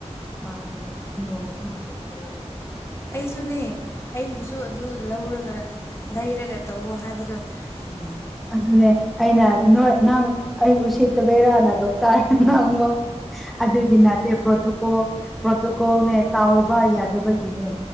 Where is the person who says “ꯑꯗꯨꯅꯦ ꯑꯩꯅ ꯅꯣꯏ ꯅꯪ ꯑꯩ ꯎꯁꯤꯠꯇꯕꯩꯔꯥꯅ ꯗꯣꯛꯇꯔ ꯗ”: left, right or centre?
Centre